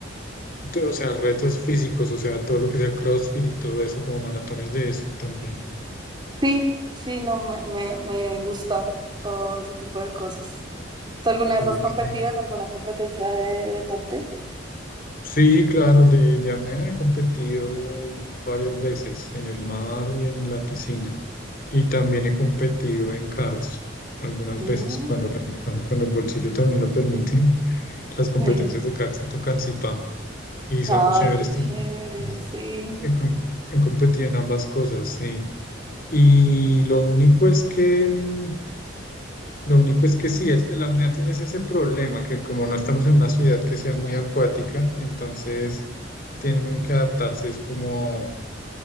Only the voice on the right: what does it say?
Sí, sí, no, me, me, me gusta todo ese tipo de cosas. ¿Tú alguna vez
has competido en alguna competencia de deporte?
Mm.
Sí.
Ay,
qué chévere,
sí.